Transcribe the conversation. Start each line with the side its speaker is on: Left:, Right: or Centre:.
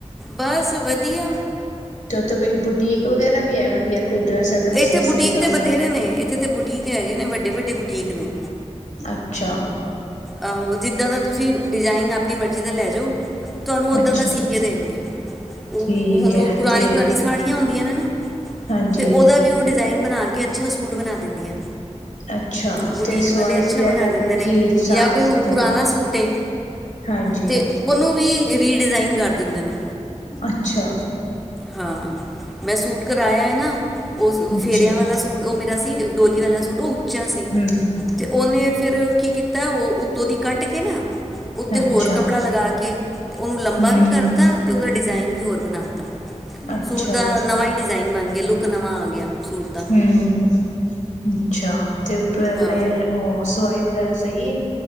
Centre: ਬਸ ਵਧੀਆ।
Left: ਤੇ ਉੱਥੇ ਕੋਈ ਬੁਟੀਕ ਵਗੈਰਾ ਵੀ ਹੈ। ਵਧੀਆ ਕੋਈ ਡਰੈਸਾਂ ਡਰੂਸਾਂ
Centre: ਇੱਥੇ ਬੁਟੀਕ
Left: ਸਿੰਦਾ
Centre: ਤੇ
Left: ਹੋ
Centre: ਬਥੇਰੇ ਨੇ ਇੱਥੇ ਤੇ ਬੁਟੀਕ ਹੈਗੇ ਨੇ ਵੱਡੇ-ਵੱਡੇ ਬੁਟੀਕ ਨੇ।
Left: ਅੱਛਾ।
Centre: ਆਹੋ ਜਿੱਦਾਂ ਦਾ ਤੁਸੀਂ ਡਿਜ਼ਾਇਨ ਆਪਣੀ ਮਰਜ਼ੀ ਦਾ ਲੈ ਜੌ ਤੁਹਾਨੂੰ ਓਦਾਂ
Left: ਅੱਛਾ
Centre: ਦਾ ਸੀ ਕੇ ਦੇਣਗੇ
Left: ਠੀਕ
Centre: ਉਹ ਹੁਣ
Left: ਹੈ
Centre: ਉਹ ਪੁਰਾਣੀ
Left: ਤੇ
Centre: ਪੁਰਾਣੀ ਸਾੜੀਆਂ <inaudible>
Left: ਹਾਂਜੀ।
Centre: ਤੇ ਉਹਦਾ ਵੀ ਉਹ ਡੀ ਜਇਨ ਬਣਾ ਕੇ ਅੱਛਾ ਸੂਟ ਬਣਾ ਦਿੰਦੀਆਂ।
Left: ਅੱਛਾ
Centre: ਬੁਟੀਕ
Left: ਤੇ ਸਵਾਈ
Centre: ਵਾਲੇ ਅੱਛਾ
Left: ਵਗੈਰਾ
Centre: ਬਣਾ ਦਿੰਦੇ
Left: ਦਾ
Centre: ਨੇ
Left: ਕੀ ਹਿਸਾਬ
Centre: ਜਾਂ ਕੋਈ
Left: ਹੈ ਇਥੇ
Centre: ਹੁਣ ਪੁਰਾਣਾ ਸੂਟ ਏ।
Left: ਹਾਂਜੀ
Centre: ਤੇ ਉਹਨੂੰ ਵੀ ਰੀ ਡਿਜ਼ਾਈਨ ਕਰ ਦਿੰਦੇ ਨੇ।
Left: ਅੱਛਾ।
Centre: ਹਾਂ, ਮੈਂ ਸੂਟ ਕਰਾਇਆ ਹੈ ਨਾ ਉਹ
Left: ਅੱਛਾ
Centre: ਫੇਰਿਆਂ ਵਾਲਾ ਸੂਟ ਉਹ ਮੇਰਾ ਡੋਲੀ ਵਾਲਾ ਸੂਟ ਉਹ ਉੱਚਾ ਸੀ
Left: ਹਮ
Centre: ਤੇ ਉਹਨੇ ਫੇਰ ਕੀ ਕੀਤਾ ਤਾਂ ਉਹ ਉੱਤੋਂ ਦੀ ਕੱਟ ਕੇ ਨਾ ਉੱਤੇ
Left: ਅੱਛਾ
Centre: ਹੋਰ ਕੱਪੜਾ ਲਗਾ ਕੇ ਤੇ ਉਹਨੂੰ ਲੰਬਾ
Left: ਹਮ
Centre: ਵੀ ਕਰਦਾ ਤੇ ਉਹਦਾ ਡਿਜ਼ਾਇਨ ਵੀ ਹੋਰ ਬਣਾਤਾ।
Left: ਅੱਛਾ
Centre: ਸੂਟ ਦਾ ਨਵਾਂ ਹੀ ਡਿਜ਼ਾਇਨ ਬਣ ਗਿਆ ਲੁੱਕ ਨਵਾਂ ਆ ਗਿਆ ਸੂਟ ਦਾ।
Left: ਹਮ ਅੱਛਾ। ਤੇ ਉਹ ਫੇਰ
Centre: ਹਾਂ
Left: ਉਹ ਸਵਾਈ ਵਗੈਰਾ ਸਹੀ ਏ।